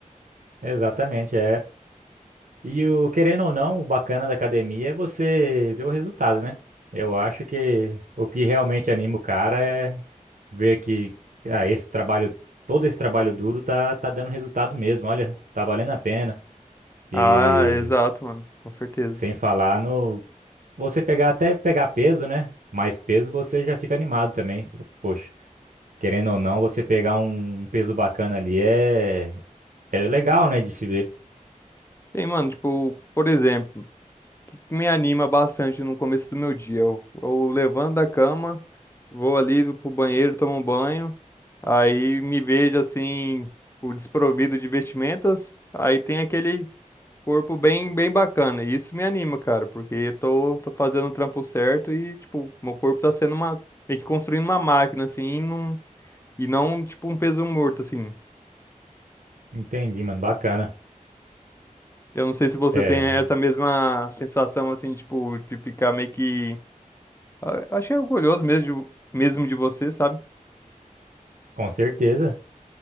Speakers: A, on the right; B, on the left.
A: Exatamente, é. E o querendo ou não, o bacana da academia é você ver o resultado, né? Eu acho que o que realmente anima o cara é ver que ah, esse trabalho, todo esse trabalho duro tá, tá dando resultado mesmo. Olha, tá valendo a pena. E
B: Ah, exato, mano, com certeza.
A: sem falar no você pegar até pegar peso, né? Mais peso você já fica animado também. Poxa, querendo ou não, você pegar um um peso bacana ali é é legal, né, de se ver.
B: Tem, mano, tipo, por exemplo, o que me anima bastante no começo do meu dia. Eu, eu levanto da cama, vou ali pro banheiro, tomo um banho, aí me vejo assim, o desprovido de vestimentas. Aí tem aquele corpo bem, bem bacana. E isso me anima, cara, porque eu tô, tô fazendo o trampo certo e, tipo, meu corpo tá sendo uma, meio que construindo uma máquina, assim, e não, e não, tipo, um peso morto, assim.
A: Entendi, mano, bacana.
B: Eu não sei se você
A: É,
B: tem essa mesma sensação, assim, tipo, de ficar meio que, a- achei orgulhoso mesmo, de- mesmo de você, sabe?
A: com certeza.